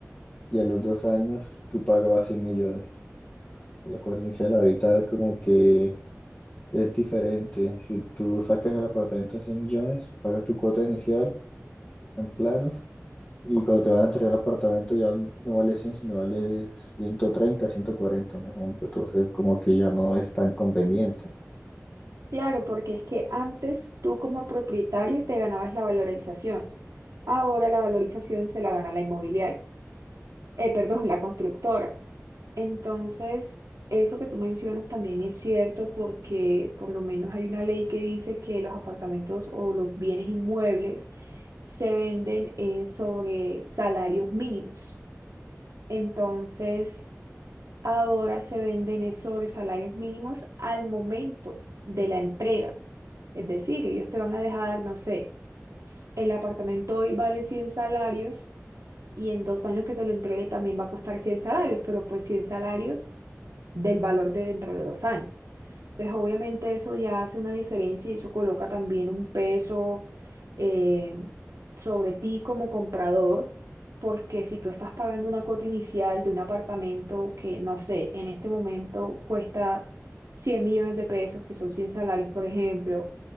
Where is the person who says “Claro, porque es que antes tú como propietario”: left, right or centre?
Right